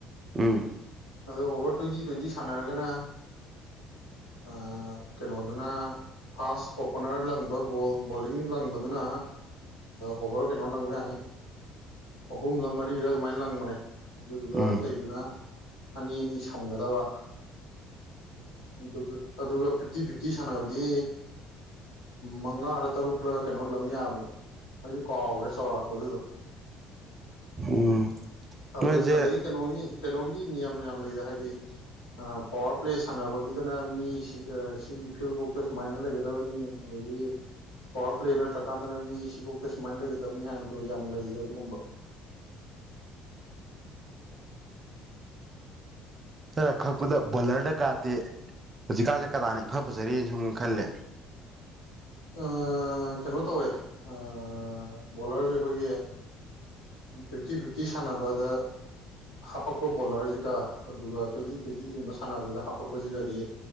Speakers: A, on the right; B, on the left.
A: ꯎꯝ
B: ꯑꯗꯣ ꯑꯣꯚꯔ ꯇ꯭ꯋꯦꯟꯇꯤ ꯇ꯭ꯋꯦꯟꯇꯤ ꯁꯥꯟꯅꯔꯒꯅ ꯑ ꯀꯩꯅꯣꯗꯨꯅ ꯐꯥꯁ ꯑꯣꯄꯅꯔ ꯂꯪꯕ ꯕꯣꯜ ꯕꯣꯂꯤꯡ ꯂꯪꯕꯗꯨꯅ ꯑꯣꯚꯔ ꯀꯩꯅꯣ ꯂꯪꯕ ꯌꯥꯅꯤ ꯑꯍꯨꯝꯂ ꯃꯔꯤꯔ ꯑꯗꯨꯃꯥꯏꯟ ꯂꯪꯕꯅꯦ ꯑꯗꯨꯗꯨꯒ
A: ꯎꯝ
B: ꯑꯇꯩꯗꯨꯅ ꯑꯅꯤ ꯑꯅꯤ ꯁꯝꯒꯗꯕ ꯀꯩꯇꯧꯖ‌ꯦ ꯑꯗꯨꯒ ꯐꯤꯞꯇꯤ ꯐꯤꯞꯇꯤ ꯁꯥꯟꯅꯕꯗꯤ ꯃꯉꯥꯔ ꯇꯔꯨꯛꯂ ꯀꯩꯅꯣ ꯂꯪ ꯌꯥꯕꯅꯦ ꯑꯩꯁꯨ ꯀꯥꯎꯔ‌ꯦ ꯆꯥꯎꯔꯥꯛꯄ ꯑꯗꯨꯗꯣ
A: ꯎꯝ
B: ꯑꯗꯩ
A: ꯅꯣꯏꯁꯦ
B: ꯑꯗꯩꯏ ꯀꯩꯅꯣꯒꯤ ꯀꯩꯅꯣꯒꯤ ꯅꯤꯌꯝ ꯌꯥꯝ ꯂꯩꯗ ꯍꯥꯏꯗꯤ ꯑꯥ ꯄꯋꯥꯔ ꯄ꯭ꯂꯦ ꯁꯥꯟꯅꯕꯒꯤꯗꯅ ꯃꯤ ꯁꯤꯒ ꯁꯤꯒꯤ ꯐꯤꯜꯖꯧꯇꯥ ꯁꯨꯃꯥꯏꯅ ꯂꯩꯒꯗꯕꯅꯤ ꯑꯗꯩ ꯉ‌ꯦꯡ ꯄꯋꯥꯔ ꯄ꯭ꯂꯦ ꯅꯠꯇ꯭ꯔꯀꯥꯟꯗꯅ ꯃꯤ ꯁꯤꯕꯧꯇꯥ ꯁꯨꯃꯥꯏꯅ ꯂꯩꯒꯗꯕꯅꯤ ꯍꯥꯏꯕꯗꯣ ꯌꯥꯝ ꯂꯩꯗ ꯑꯗꯨꯒꯨꯝꯕ <inaudible>
A: ꯅꯪꯅ ꯈꯛꯄꯗ ꯕꯂꯔꯗ ꯀꯥꯇꯤ ꯍꯧꯖꯤꯛꯀꯥꯟꯁꯦ ꯀꯗꯥꯅ ꯏꯐ ꯐꯖꯔꯤꯅ ꯁꯨꯝ ꯈꯜꯂꯦ
B: ꯑꯥ ꯀꯩꯅꯣ ꯇꯧꯋꯦ ꯑꯥ ꯕꯣꯂꯔꯁꯦ ꯑꯩꯈꯣꯏꯒꯤ ꯏꯪ ꯐꯤꯞꯇꯤ ꯐꯤꯞꯇꯤ ꯁꯥꯟꯅꯕꯗ ꯍꯥꯄꯛꯄ ꯕꯣꯂꯔꯁꯤꯒ ꯑꯗꯨꯒ ꯇ꯭ꯋꯦꯟꯇꯤ ꯇ꯭ꯋꯦꯟꯇꯤꯒꯨꯝꯕ ꯁꯥꯟꯅꯕꯁꯤꯗ ꯍꯥꯞꯄꯛꯄꯖꯤꯒꯗꯤ